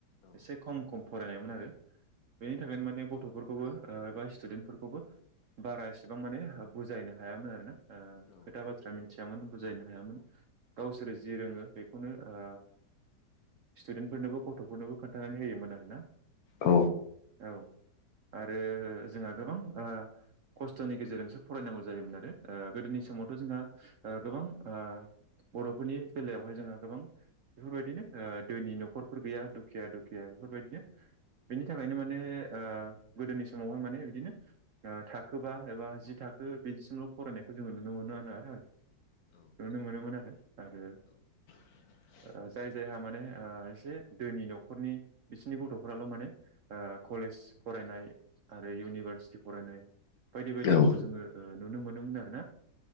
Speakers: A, on the right (about 60°); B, on the left (about 60°).
A: एसे खम खम फरायनायमोन आरो बेनि थाखायनो माने गथ'फोरखौबो एबा स्टुडेन्टफोरखौबो बारा एसेबां माने बुजायनाय हायामोन आरोना ओ खोथा बाथ्रा मिथियामोन बुजायनो हायामोन गावसोरो जि रोङो बेखौनो ओ स्टुदेन्टफोरनोबो गथ'फोरनोबो खोन्थानानै होयोमोन आरोना
B: औ
A: औ आरो जोंहा गोबां आ खस्थ'नि गेजेरजोंसो फरायनांगौ जायोमोन आरो ओ गोदोनि समाव थ' जोंङो आ गोबां आ बर'फोरनि बेलायावहाय जोङो गोबां बेफोरबायदिनो आ दोनि न'खरफोर गैया दुखिया दुखिया बेफोरबायदिनो बेनि थाखायनो माने आ गोदोनि समावहाय माने बिदिनो आ थाखोबा एबा जि था खो बिदिसिमल' फरायनायखौ जोङो नुनो मोनोन आरो नुनो मोनोमोन आरो आरो
B: <inaudible>
A: जाय जायहा माने आ एसे दोनि न'खरनि बिसिनि गथ'फोराल' मानेे आ कलेज फरायनाय आरो इउनिभारसिटि फरायनाय बायदि बायदिफोरखौ
B: औ
A: जोङो नुनो मोनोमोन आरोना